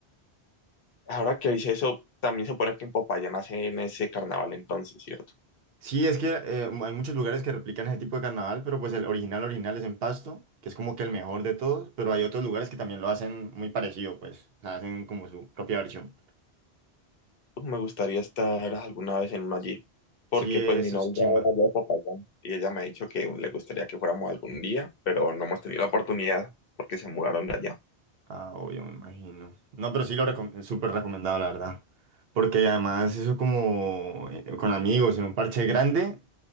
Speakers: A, on the left; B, on the right.
A: Ahora que hice eso, también se supone que en Popayán hacen ese carnaval entonces, ¿cierto?
B: Sí, es que eh, hay muchos lugares que replican ese tipo de carnaval, pero pues el original original es en Pasto, que es como que el mejor de todos, pero hay otros lugares que también lo hacen muy parecido, pues, o sea, hacen como su propia versión.
A: Me gustaría estar alguna vez en uno allí, porque
B: Sí, eso
A: pues mi novia
B: es chimba.
A: era allá de Popayán y ella me ha dicho que le gustaría que fuéramos algún día, pero no hemos tenido la oportunidad porque se mudaron de allá.
B: Ah, obvio, me imagino. No, pero sí lo recom- súper recomendado, la verdad. Porque además eso como eh, con amigos en un parche grande